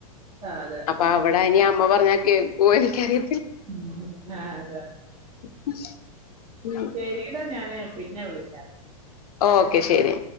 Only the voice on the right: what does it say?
ആ അതെ
ഉം
ഉം ആഹ് അതെ
ശരിയടാ ഞാന് പിന്നെ വിളിക്കാ